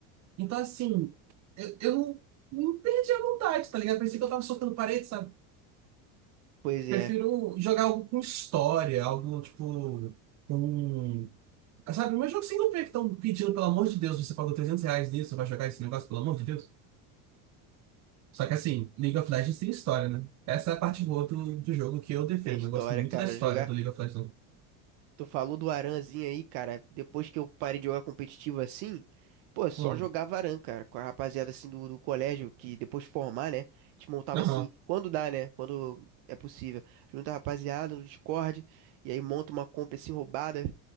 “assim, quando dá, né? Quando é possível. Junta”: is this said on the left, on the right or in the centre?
Right